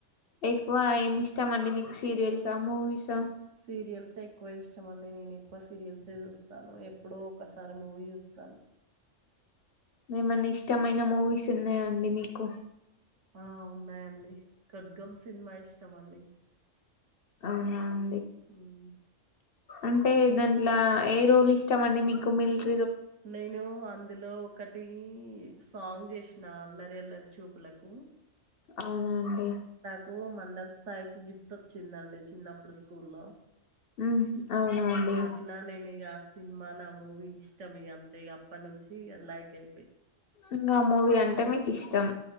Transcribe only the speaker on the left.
ఎక్కువ ఏమి ఇష్టామండి మీకు సీరియల్సా మూవీస్ ఆహ్
ఏమన్నా ఇష్టమైన మూవీస్ ఉన్నాయండి మీకు
అవునా అం
అంటే దాంట్లో ఏ రోల్ ఇష్టమండి మీకు మిల్టీ
అవునా అండి
మ్మ్ అవునా అండి
ఇంకా మూవీ అంటే మీకు ఇష్టం